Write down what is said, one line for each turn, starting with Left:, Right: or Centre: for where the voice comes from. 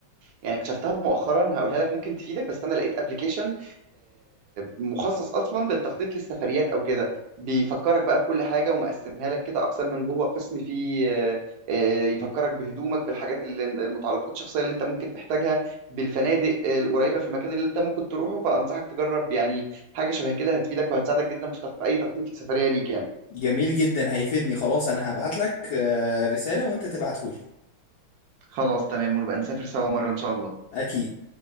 Right: يعني اكتشفتها مؤخرا هقولها لك ممكن تفيدك بس انا لقيت ابلكيشن مخصص اصلا للتخطيط للسفريات او كده بيفكرك بقى بكل حاجه ومقسمها لك كده اقسام من جوه قسم فيه آه، آه، يفكرك بهدومك بالحاجات اللي المتعلقات الشخصيه اللي انت ممكن تحتاجها بالفنادق آه، القريبه في المكان اللي انت ممكن تروحه فانصحك تجرب يعني حاجه شبه كده هتفيدك وهتساعدك جدا في تخ- اي تخطيط لسفريه ليك يعني
Left: جميل جدا هيفيدني خلاص انا هبعت لك آه، رسالة وانت تبعتهولي
Right: خلاص تمام ونبقى نسافر سوا مره ان شاء الله
Left: اكيد